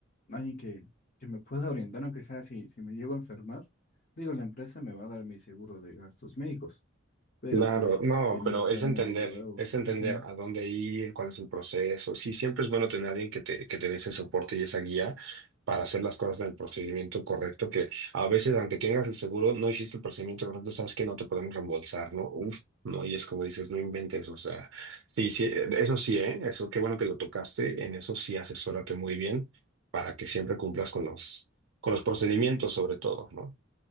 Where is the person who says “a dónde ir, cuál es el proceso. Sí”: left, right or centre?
Right